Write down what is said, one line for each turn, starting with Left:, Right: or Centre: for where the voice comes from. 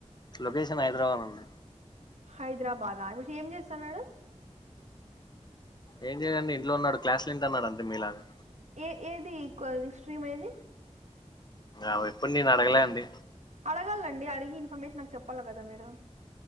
Left: లొకేషన్ హైదరాబాద్ <unintelligible>
Right: హైదరాబాద <inaudible> ఏం చేస్తాన్నాడు
Left: ఏం <unintelligible> ఇంట్లో ఉన్నాడు క్లాస్ లో <unintelligible> అన్నా అంతే మీ లాగా
Right: ఏ ఏది <unintelligible> ఏది
Left: అవి ఎప్పుడు నేను అడగలే అండి
Right: అడగళ్ళండి అడిగి ఇన్ఫర్మేషన్ నాకు చెప్పాల్ల కదా మీరు